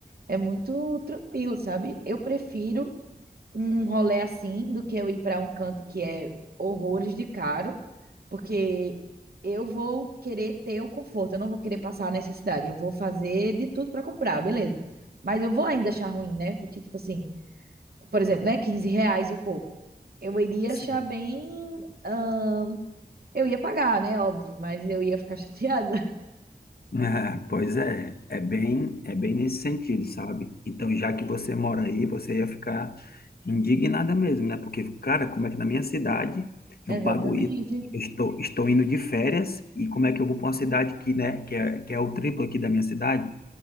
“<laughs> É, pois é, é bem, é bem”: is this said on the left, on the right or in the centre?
Left